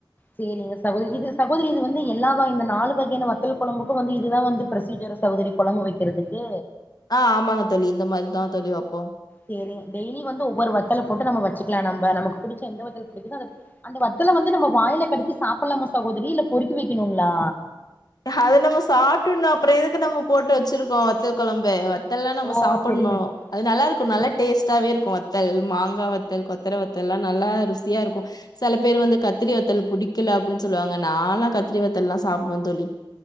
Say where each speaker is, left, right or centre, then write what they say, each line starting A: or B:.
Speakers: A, on the left; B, on the left.
A: சரிங்க சகோதரி இது சகோதரி இது வந்து எல்லா வ இந்த நாலு வகையான வத்தல் குழம்புக்கும் வந்து இதுதான் வந்து ப்ரொசீஜரா சகோதரி குழம்பு வைக்கிறதுக்கு
B: ஆஹ் ஆமாங்க தோழி இந்த மாதிரிதான் தோழி வைப்போம்
A: சரி டெய்லி வந்து ஒவ்வொரு வத்தலை போட்டு நம்ம வச்சுலாம் நம்ப நமக்கு பிடிச்ச எந்த வத்தல் பிடிக்குதோ அத அந்த வத்தல வந்து நம்ம வாயில கடைச்சி சாப்பிட்லாம சகோதரி இல்ல பொறிக்கி வைக்கணுங்களா
B: அத நம்ம சாப்டணும் அப்புறம் எதுக்கு நம்ம போட்டு வச்சிருக்கோம் வத்த குழம்பு வ இதெல்லாம் நம்ம
A: ஓ
B: சாப்பட்ணோ
A: செரிங்க
B: னும் அது நல்லா இருக்கும் நல்லா
A: செரி
B: டேஸ்ட்டாவே இருக்கும் வத்தல் மாங்காய் வத்தல் கொத்தர வத்தல் எல்லாம் நல்லா ருசியா இருக்கும் சில பேர் வந்து கத்திரி வத்தல் புடிக்கல அப்படின்னு சொல்லுவாங்க நாலாம் கத்திரி வத்தல்லாம் சாப்படுவேன்னனு சொல்லி